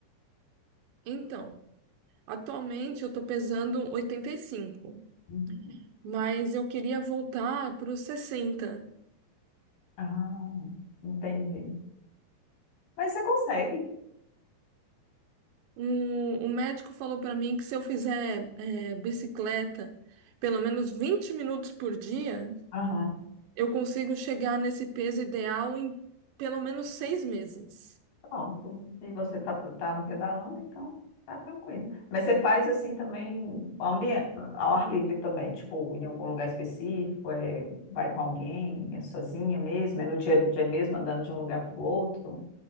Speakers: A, on the right; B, on the left.
A: Então, Atualmente eu tô pesando 85,
B: Uhum.
A: mas eu queria voltar para os 60.
B: Ah, Entendi. Mas você consegue,
A: O, o médico falou para mim que se eu fizer é, bicicleta pelo menos 20 minutos por dia,
B: aham.
A: eu consigo chegar nesse peso ideal em pelo menos seis meses.
B: pronto. E você tá, tá pedalando, então tá tranquilo. Mas você faz assim também ao, ambi- ao ar livre também, tipo, em algum lugar específico, é, vai com alguém, é sozinha mesmo, é no dia a dia mesmo, andando de um lugar para o outro,